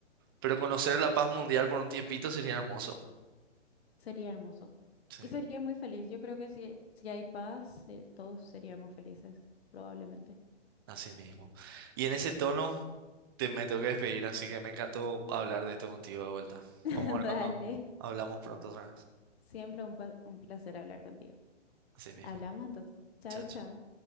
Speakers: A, on the right; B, on the left.
A: Pero conocer la paz mundial por un tiempito sería hermoso.
B: Sería hermoso.
A: Sí,
B: Y sería muy feliz. Yo creo que si, si hay paz, eh, todos seríamos felices, probablemente.
A: así mismo. Y en ese tono te, me tengo que despedir, así que me encantó hablar de esto contigo de vuelta.
B: <laughs>
A: Vamos a ver
B: Dale.
A: cuando hablamos pronto otra vez.
B: Siempre un, pa- un placer hablar contigo.
A: Así mismo.
B: Hablamos entonces. Chao,
A: Chao,
B: chao.
A: chao.